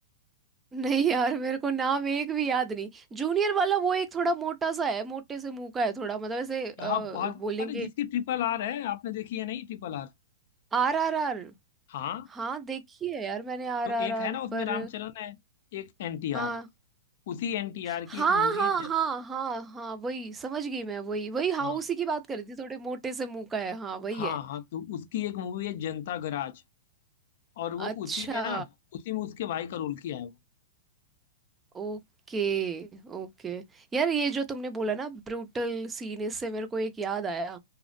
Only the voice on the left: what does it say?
क्या बात
अरे जिसकी ट्रिपल आर है आपने देखी है नहीं ट्रिपल आर
हाँ
तो
एक
है ना उसमें
रामचरण है एक एनटीआर
है उसी एनटीआर
की एक मूवी
है ज...
हाँ
हाँ
हाँ तो उसकी एक मूवी है जनता गराज और वो
उसी में ना उसी में उसके भाई का रोल किया है वो